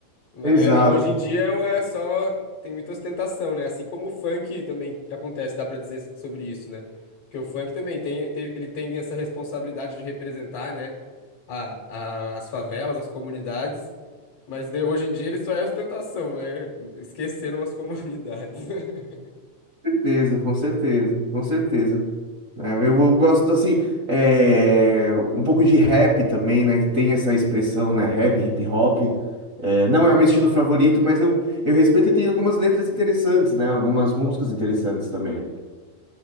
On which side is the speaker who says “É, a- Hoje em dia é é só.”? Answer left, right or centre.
Left